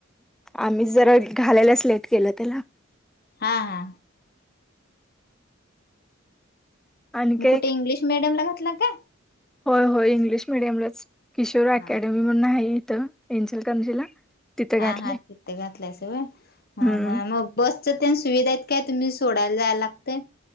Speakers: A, in the centre; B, on the left (about 50°).
A: आम्ही जरा घालायला लेट केलं त्याला
B: हा हा
A: आणि
B: मग
A: काय
B: कुठे इंग्लिश मिीडियम ला घातला का?
A: होय होय इंग्लिश मिीडियमलाच किशोर अकॅडमी
B: हा
A: म्हणून आहे इथं इचलकरंजीला तिथं
B: हा
A: घातले
B: हा तिथ घातलाय होय हा
A: हम्म
B: हा मग. बसच त्या सुविधा आहेत काय? तुम्ही सोडायला जायला लागततय.